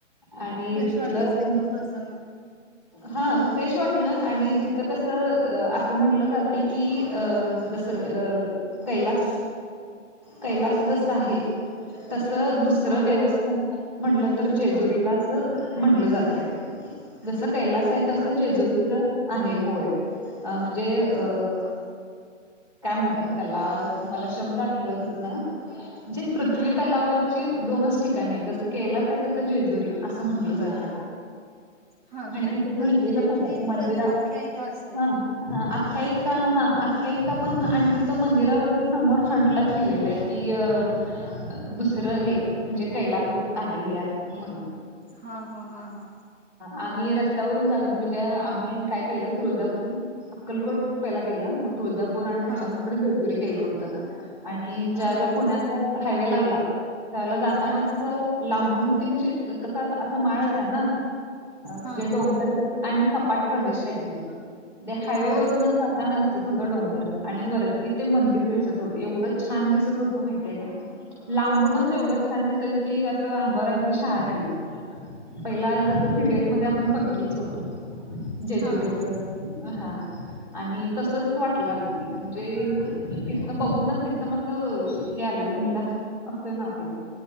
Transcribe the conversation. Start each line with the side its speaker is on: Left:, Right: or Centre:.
Centre: आणि
Right: फ्रेश
Centre: तिथलं
Right: वाटलं असेल एकदम
Centre: म्हणजे
Right: प्रसन्न
Centre: हा फ्रेश वाटलं आणि तिथ कस असं म्हटलं जातय की जस कैलास कैलास जस आहे तसं. दुसरं
Right: हा
Centre: देवस्थान म्हणलं जातं. तर जेजुरीला अस म्हटलं जातय. जस कैलास आहे तस
Right: हा
Centre: जेजुरीच
Right: का
Centre: आहे होय. अ म्हणजे अ
Right: अ
Centre: काय म्हणतात? त्याला मला शब्द आठव ना, जे पृथ्वी तलावरची दोनच ठिकाणी आहेत. जस कैलास आहे, तसं जेजुरी असं म्हणलं जातय.
Right: हा
Centre: आणि
Right: का
Centre: तिथं
Right: अ
Centre: लिहिलेलं
Right: म्हणजे तिथली
Centre: पण आहे मंदिरात
Right: प्र आख्यायिका असते
Centre: हा हा आख्यायिका
Right: तस
Centre: हा हा. आख्यायिका पण आणि तिथं मंदिरावरती समोर फ्रंटलाच लिहिलेलं आहे की दुसरं ह दुसर हे म्हणजे कैलासच आहे हे अस म्हणून
Right: हा हा हा हा
Centre: आणि रस्त्यावरून जात होत म्हणजे आम्ही काय केलं तुळजापूर, अक्कलकोट पहिला केलं मग तुळजापूर आणि त्याच्यानंतर
Right: हा
Centre: जेजुरी केल होत. तो. आणि ज्यावेळेला
Right: बर
Centre: पुण्यात हायवे लागला त्या वेळेला जातानाच
Right: हा
Centre: लांबून ते म्हणजे कस अस असं माळच आहे ना. म्हणजे
Right: हा हा
Centre: डोंगरच आणि सपाट प्रदेश हाय अगदी हायवेवरूनच
Right: बर
Centre: जाताना दिसत होत डोंगर आणि वरती ते मंदिर दिसत होते एवढंच छान दिसत होत माहितीय का? लांबूनच
Right: हा हा
Centre: एवढंच छान दिसत की असं अंगावर अगदी शहार आल. पहिला जस सिरियल मध्ये आपण बघितलच होत. जेजुरीच.
Right: हा हा
Centre: हा आणि तसच वाटलं अगदी म्हणजे तिथनं बघूनच एकदम असं हे आलं उल्हास असतय ना आपलं.